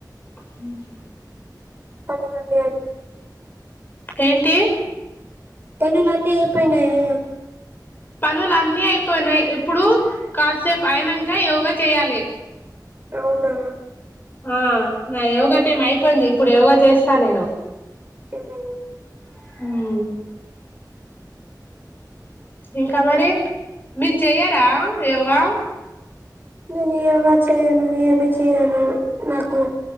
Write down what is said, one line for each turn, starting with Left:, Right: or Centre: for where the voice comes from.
Left: ఉమ్
Right: పనులన్నీ
Left: ఏంటి
Right: పనులు అన్నీ అయిపోయినాయా
Left: పనులు అన్నీ అయిపోయినాయి ఇప్పుడు కాసేపు అయినాక యోగా చేయాలి
Right: అవునా
Left: ఆ నా యోగా టైం అయిపోయింది. ఇప్పుడు యోగా చేస్తా నేను
Right: మ్మ్
Left: హ్ ఎం క క మరి మీరు చెయ ట్ట యోగా
Right: నేను యోగా చేయను. ఏమి చేయను నాకు